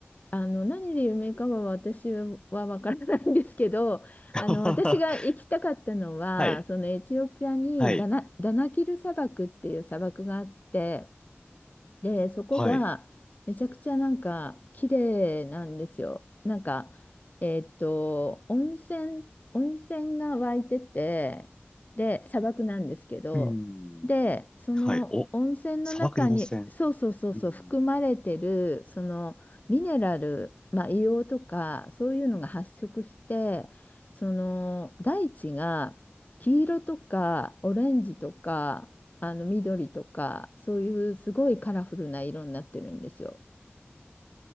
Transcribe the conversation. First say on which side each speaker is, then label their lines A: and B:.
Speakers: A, on the left (about 40°); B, on the left (about 20°).
A: あの、何で有名かは私はわからないんですけど、
B: <laughs>
A: あの、私が行きたかったのは、
B: はい。
A: そのエチオピアにダナ、
B: はい。
A: ダナキル砂漠っていう砂漠があって、で、そこがめちゃくちゃなんか綺麗なんですよ。
B: はい。
A: なんか、えーっと、温泉、温泉が湧いてて、で、砂漠なんですけど、
B: うーん。
A: で、その温泉の中に、
B: はい。お、砂漠で温泉。
A: そうそうそうそう、
B: うん。
A: 含まれてる、そのミネラル、まあ、硫黄とか、そういうのが発色して、その大地が黄色とかオレンジとか、あの緑とかそういうすごいカラフルな色になってるんですよ。